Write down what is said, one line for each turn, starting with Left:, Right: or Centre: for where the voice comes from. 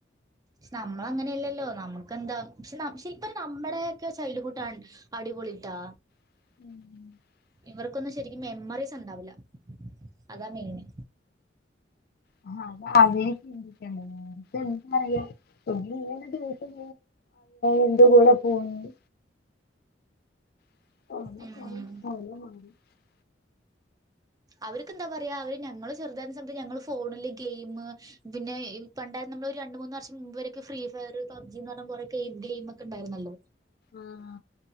Right: നമ്മളങ്ങനെയല്ലല്ലോ നമ്മുക്കെന്താ പക്ഷേ പക്ഷെ ഇപ്പം നമ്മുടെയൊക്കെ ചൈൽഡ് കൂട്ടാണ് ആ അടിപൊളി ട്ടാ
Left: <inaudible>
Right: ഇവർക്കൊന്നും ശെരിക്കും മെമ്മറീസ് ഉണ്ടാവില്ല അതാ മെയിന്
Left: ആ, അവര് ചിന്തിക്കേണ്ടതാണ് <unintelligible> എന്തുകൂടെ പോണുണ്ട് <unintelligible>
Right: ഉം അവർക്കെന്താ പറയാ അവര് ഞങ്ങള് ചെറുതാരിന്നസമയത്ത് ഞങ്ങള് ഫോണില് ഗെയിം പിന്നെ ഈ പണ്ടാ നമ്മളൊരു രണ്ടു മൂന്ന് വർഷം മുമ്പു വരെയൊക്കെ ഫ്രീ ഫയർ, പബ് ജിന്ന് പറഞ്ഞ കുറെ ഗെയിം ഗെയിം ഒക്കെ ഉണ്ടായിരുന്നല്ലോ
Left: ആം